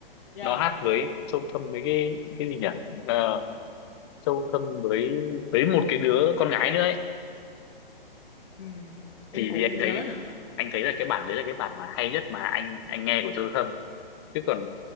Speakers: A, on the left; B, on the left.
A: dạ
B: nó hát với Châu Thâm với cái cái gì nhỉ Ờ, Châu Thâm với với một cái đứa
A: với
B: con gái nữa ấy
A: ừ, em
B: thì
A: cũng
B: vì anh
A: không nhớ
B: thấy
A: nữa
B: anh thấy là cái bản đấy là cái bản mà hay nhất mà anh anh nghe của Châu Thâm chứ còn